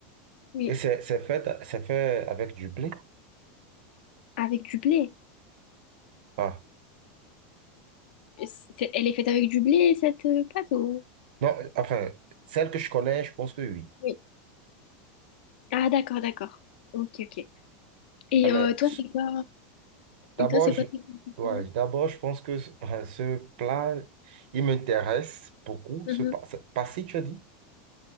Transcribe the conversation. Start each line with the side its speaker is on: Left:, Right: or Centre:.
Left: Oui.
Right: Et c'est c'est fait, c'est fait avec du blé.
Left: Avec du blé.
Right: Ah,
Left: C'est- Elle est faite avec du blé, cette euh, pâte ou...
Right: non, enfin, celle que je connais, je pense que oui.
Left: Oui. Ah, d'accord, d'accord. Ok, ok. Et
Right: Ah, mais
Left: euh, toi,
Right: s-
Left: c'est quoi?
Right: d'abord,
Left: Et toi, c'est
Right: je,
Left: quoi tes préférés?
Right: ouais, d'abord, je pense que ce <laughs> ce plat, il m'intéresse beaucoup.
Left: Mhm.
Right: Ce pa- ce- passi, tu as dit?